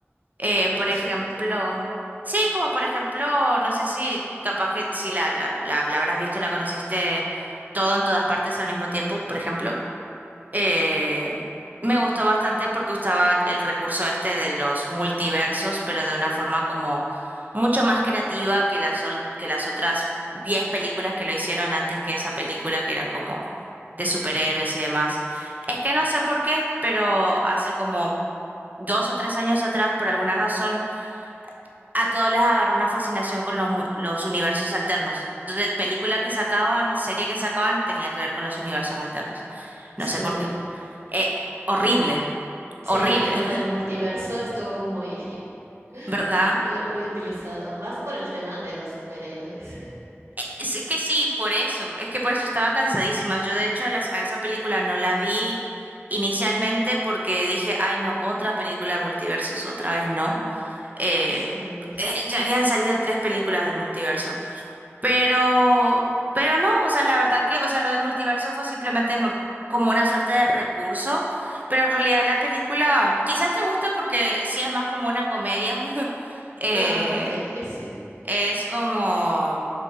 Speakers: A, on the right (about 35°); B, on the right (about 80°).
A: Eh,
B: Ujú,
A: por ejemplo,
B: sí, entiendo.
A: sí, como por ejemplo, no sé si capaz que si la, la, la, la habrás visto, la conociste todo en todas partes al mismo tiempo, por ejemplo. Eh, me gustó bastante porque usaba el recurso este de los multiversos, pero de una forma como mucho más creativa que las, ol- que las otras 10 películas que lo hicieron antes que esa película, que eran como de superhéroes y demás. Es que no sé por qué, pero hace como dos o tres años atrás, por alguna razón, a todos les agarró una fascinación con los, mu- los universos alternos. Entonces, película que sacaban, serie que sacaban, tenía que ver con los universos alternos. No
B: Sí,
A: sé por qué. Eh, horrible,
B: sí,
A: horrible,
B: eh, lo del
A: <laughs>
B: multiverso estuvo muy, <laughs>
A: ¿verdad?
B: muy, u- muy utilizado, más por el tema de los superhéroes. <laughs>
A: Es es que sí, por eso, es que por eso estaba cansadísima. Yo de hecho a, las- a esa película no la vi inicialmente porque dije, ay no, otra película de multiversos, otra vez no. Eh,
B: Sí.
A: eh, ya habían salido tres películas del multiverso, pero, pero no, o sea, la verdad que, o sea, lo del multiverso fue simplemente m- como una suerte de recurso, pero en realidad la película quizás te guste porque sí es más como una comedia. <laughs> eh,
B: Ah, ok, <laughs> sí.
A: Es como